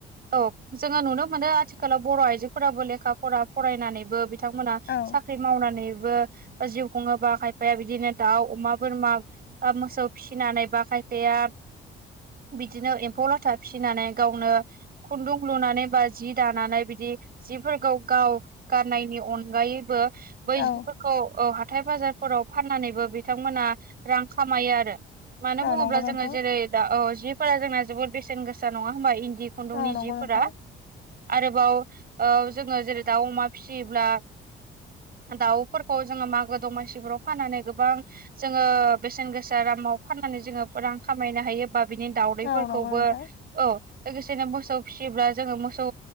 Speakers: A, on the right; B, on the left.
A: औ जोङो नुनो मोनो आथिखालाव बर' आइजोफोराबो लेखा फरा फरायनानैबो बि थांमोना
B: औ
A: सा ख्रि मावनानैबो बा जिउ खुङोबा खायफाया बिदिनो दाउ अमा बोरमा बा मोसौ फिसिनानै बा खायफाया बिदिनो एम्फौ लाथा फिसिनानै गावनो खुन्दुं लुनानै बा जि दानानै बिदि जिफोरखौ गाव गाननायनि अनगायैबो बै जिफोरखौ
B: औ
A: हाथाय बाजारफोराव फाननानैबो बिथांमोना रां खामायो आरो मानो
B: औ
A: बुङोब्ला
B: नंगौ नोंथां
A: जोङो जेरै दा औ जिफोरा जोंना जोबद बेसेन गोसा नङा होनबा इन्दि खुन्दुंनि
B: औ नंगौ
A: जिफोरा
B: नोंथां
A: आरोबाव जोङो जेरै दाउ अमा फिसियोब्ला दाउफोरखौ जोङो मागो दमासिफोराव फाननानै गोबां जोङो बेसेन गोसा दामाव फाननानै जोङो रां खामायनो हायो बा बिनि दाउ दैफोरखौबो
B: औ नंगौ नोंथां
A: औ लोगोसेनो मोसौ फिसिब्ला जोङो मोसौ